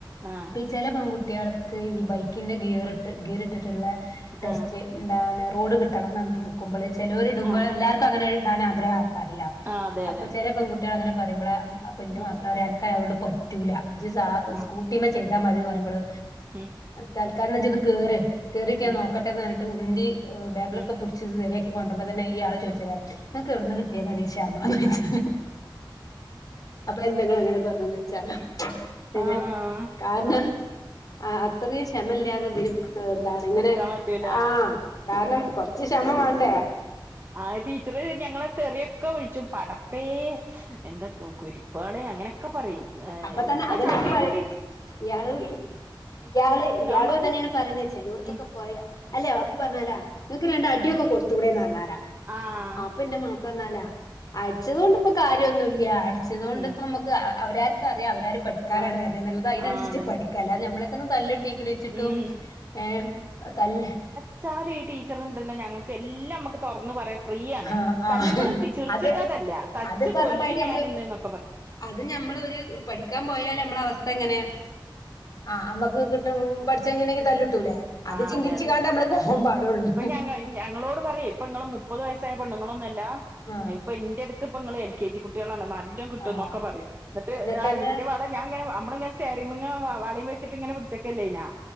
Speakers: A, on the right; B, on the left.
A: ആഹ്.
B: ചെല പൺകുട്ട്യാൾക്ക് ഈ ബൈക്കിന്റെ ഗീറ്ട്ട് ഗീറ്ട്ട്ട്ട്ള്ള ടെസ്റ്റ്
A: ആഹ്
B: ന്താണ് റോഡ് ക്ട്ടണം ന്നർഞ്ഞ്‌ട്ട് നിക്കുമ്പള് ചെലൊര് ഇടുമ്പോ
A: ആഹ്
B: എല്ലാർ ക്കങ്ങനെ ഇടാൻ ആഗ്രഹാക്കാരല്ലോ
A: ആഹ് അതെ
B: അപ്പൊ
A: അതെ
B: ചെല പെൺകുട്ട്യാള് അങ്ങനെ പറയുംമ്പള് അപ്പൊ ന്റെ
A: ഉം
B: മാപ്പളറിയാ അൻക്ക് ആയൊണ്ട് പറ്റൂല ജ്ജ് സാ
A: ആഹ്
B: സ്കൂട്ടിമ്മ ചെയ്താ മതി പറയുംമ്പള്
A: ഉം
B: താൽക്കാലം ന്നാ ഇജ്ജ്ന്ന് കേറ് കേറീട്ട് ഞാൻ
A: ഉം
B: നോക്കട്ടെ ന്നർഞ്ട്ട് ഉന്തി ബാക്കിലൊക്കെ
A: ഉം
B: പുട് ച്ച് ശരിയാക്കി കൊണ്ടുമ്പോ തന്നെ ഈ ആള് ചോയ്ച്ചതാ ങ്ങക്ക് എവ്ട്ന്ന് കിട്ടിയാതാണീ ക്ഷമാന്ന് ചോയ്ചാ അപ്പൊ എന്തെ ങ്ങള് അങ്ങനെ പർഞൊ ന്നൊയ്ച്ചാലൊ ഏഹ്
A: ആഹ്
B: കാര്ണ
A: ആ
B: ആ അത്രീം ക്ഷമല്ല്യാതെ തിന് എന്താണ് ഇങ്ങനെ
A: നിക്കാൻ പറ്റൂല
B: ആഹ് കാര്ണം കൊർച്ച് ക്ഷമ വാണ്ടേ.
A: ആ ടീച്ചറ് ഞങ്ങളെ തെറിയൊക്കെ വ്ൾച്ചും പടപ്പേ എന്താ കു കുര്പ്പാളെ അങ്ങനെക്കെ പറയും
B: അപ്പൊ തന്നെ
A: ഇപ്പൊ
B: അതന്നെയാണ്
A: ചൗട്ടിക്കൂട്ടി
B: പറയ ഇയാള് ഇയാള് ഇയാളും
A: അമ്മക്ക്
B: അതന്നെണ് പറയുന്നത് ചെലോട്ത്തൊക്കെ
A: ഉം
B: പോയാ അല്ലെ അപ്പൊ പർഞ്ഞാലാ ങ്ങക്ക് രണ്ട് അടിക്കേ കൊട്ത്തൂടെ ന്നർഞ്ഞാലാ
A: ആഹ്
B: അപ്പൊ ന്റെ മാ ന്നാലാ അട്ച്ചതൊണ്ട് ഇപ്പൊ കാര്യന്നുല്ല്യാ അട്ച്ചതൊണ്ട്
A: ഉം
B: ന്നമ്മക്ക് അവരാര്ക്കറിയാ അവരാര് പഠിക്കാനാണ്
A: ആഹ്
B: വര്ണ്ന്ന്ള്ളത് അയ്നൻസര്ച്ച്
A: ആഹ് അതന്നെ
B: പഠിക്കാ അല്ലാതെ ഞമ്മളൊക്കന്ന് തല്ല് ട്ടീക്ക്‌ണീച്ച്ട്ടും
A: ഉം
B: ഏഹ് തല്ല്
A: ച്ചാല് ഈ ടീച്ചറ്ണ്ടല്ലോ ഞങ്ങക്ക് എല്ലാമ്മക്ക് തൊർന്ന് പറയാ ഫ്രീയാണ്
B: ആഹ് ആഹ്
A: തല്ലുമ്പളും ച്ച്ർച്ച്ട്ടാ
B: അത്
A: തല്ല്ആ തച്ച്
B: അത് പറഞ്ഞമാതിരി
A: കൊല്ലും
B: നമ്മള്
A: ഞാന് ന്ന് ന്നൊക്കെ പറ
B: അത് ഞമ്മളൊര് പഠിക്കാം പൊയാല് അമ്മള അവസ്ഥ എങ്ങനെയാ ആഹ് അമ്മക്ക് ക്ട്ടും പട്ച്ചയ്ഞീലങ്കി തല്ല്ട്ടൂലേ അത്
A: ആഹ്
B: ചിന്തിച്ച്ങ്ങാണ്ട്
A: അതെ അതെ
B: ഞമ്മള് പോവാം
A: ആ
B: പാടുള്ളൂ.
A: ഇപ്പൊ ഞങ്ങ ഞങ്ങളോട് പറയും ഇപ്പൊ ങ്ങള് മുപ്പത് വയസ്സായ പെണ്ണ്ങ്ങളൊന്നുല്ലാ
B: ആ
A: ഇപ്പൊ ഇന്റെട് ത്പ്പങ്ങള് എൽ കെ ജി കുട്ട്യാളാണ് ന്നല്ലം ക്ട്ടും
B: ആ
A: ന്നൊക്കെ പറയും ന്ന്ട്ട്
B: എന്നിട്ടന്നെ
A: ആ ഇന്റ വള ഞാൻങ്ങനേ അമ്മള്ങ്ങനെ സ്റ്റെയറിംഗ് മ്മങ്ങനെ വ വളേം വെച്ച്ട്ട് ഇങ്ങനെ പിട്ച്ച്ക്കല്ലേയ്നാ